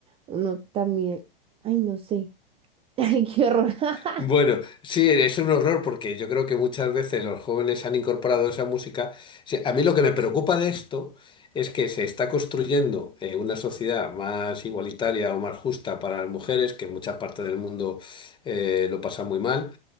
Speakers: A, on the right (about 20°); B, on the left (about 15°).
A: uno también, ay, no sé, <laughs> ay, qué horror. <laughs>
B: Bueno, sí, es un horror porque yo creo que muchas veces los jóvenes han incorporado esa música. Sí, A mí lo que me preocupa de esto es que se está construyendo eh, una sociedad más igualitaria o más justa para las mujeres, que en muchas partes del mundo eh, lo pasa muy mal,